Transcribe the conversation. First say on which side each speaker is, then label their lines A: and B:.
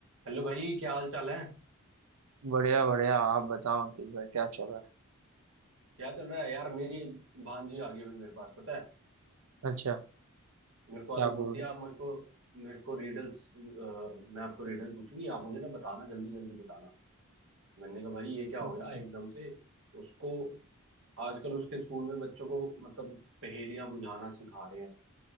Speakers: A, on the right; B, on the right.
A: Hello भाई क्या हाल चाल है
B: बढ़िया बढ़िया आप बताओ अंकित भाई क्या चल रहा
A: क्या चल रहा है यार मेरी भांजी आ गई अभी मेरे पास पता है
B: है अच्छा
A: मेरे को आगे
B: क्या
A: बोलती
B: बोल रहे
A: है आप मेरे को मेरे को रिडल्स मैं आपको रिडल पूछूंगी आप मुझे ना बताना जल्दी जल्दी बताना मैंने कहा भाई ये क्या हो
B: अच्छा
A: गया एकदम से उसको आजकल उसके स्कूल में बच्चों को मतलब पहेलियां बुझाना सिखा रहे हैं